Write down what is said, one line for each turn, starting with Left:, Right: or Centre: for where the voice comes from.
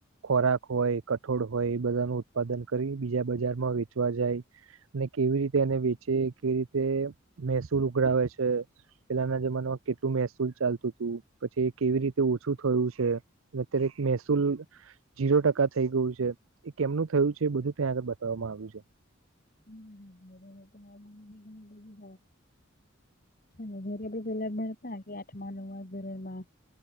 Right: ખોરાક હોય કઠોળ હોય એ બધા નુ ઉત્પાદન કરી બીજા બજારમાં વેચવા જાય. ને કેવી રીતે એને વેચે કેવી રીતે મહેસૂર ઉઘડાવે છે. પેલા ના જનામા કેટુ મેસુલ. ચાલતું હતું પછી કેવી રીતે ઓછું થયું છે અત્યારે મહેસૂલ જીરો ટકા થઈ ગયું છે એ કેમનું થયું છે એ બધું ત્યાં આગળ બતાવવામાં આવ્યું છે.
Left: ના ના મમ્ નેની ગડી <unintelligible> ઘરે બી પેલા ભળતા કે આઠ માં નવ ધોરણમાં